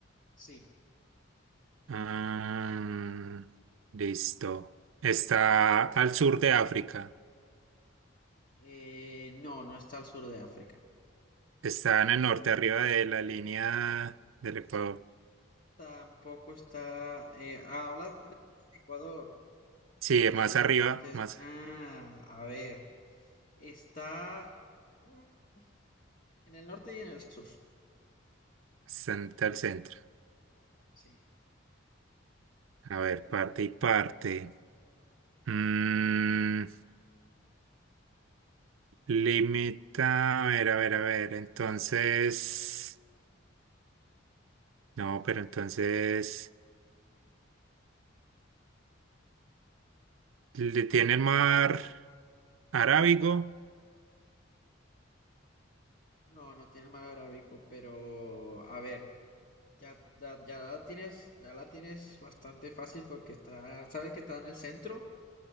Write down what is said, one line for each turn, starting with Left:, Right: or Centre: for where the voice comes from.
Left: sí.
Right: Ah, listo. Está al sur de África.
Left: Eh, no, no está al sur de África.
Right: Está en el norte, arriba de la línea del Ecuador.
Left: Tampoco está... eh, ah, hablas de la línea del Ecuador
Right: Sí,
Left: o del
Right: más arriba,
Left: norte.
Right: más
Left: es- Ah, a ver. Está mm, en el norte y en el sur.
Right: hasta al centro.
Left: Sí.
Right: A ver, parte y parte. Mm, limita, a ver, a ver, a ver. Entonces, no, pero entonces le tiene el mar Arábigo.
Left: No, no tiene el mar Arábico, pero a ver, ya, la- ya la tienes, ya la tienes bastante fácil porque está, sabes que está en el centro